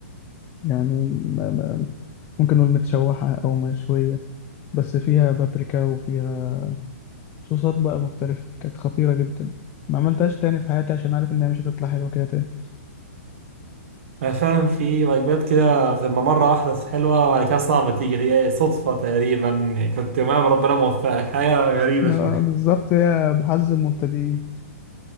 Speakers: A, on the left (about 25°); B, on the right (about 60°).
A: يعني م- م- ممكن نقول متشوحة أو مشوية بس فيها بابريكا وفيها صوصات بقى مختلفة كانت خطيرة جدا ما عملتهاش تاني في حياتي عشان عارف إنها مش هتطلع حلوة كده تاني
B: أنا فعلا في وجبات كده بتبقى مرة واحدة حلوة وبعد كده صعبة تيجي اللي هي صدفة تقريبا يعني كنت يومها ربنا موفقك حاجة غريبة
A: آه،
B: شوية
A: بالظبط هي بحظ المبتدئين